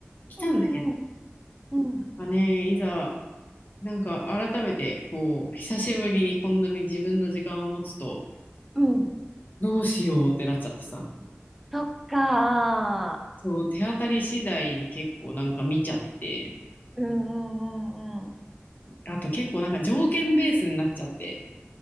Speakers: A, on the left; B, in the centre.
A: 来たんだけど、
B: んうんうんう
A: まあね、いざなんか改めてこう久しぶりにこんなに自分の時間を持つと
B: んうん。
A: どうしようってなっちゃってさ
B: そっか。
A: そう手当たり次第に結構なんか見ちゃって
B: うんうんうんうん。
A: あと結構なんか条件ベースになっちゃって。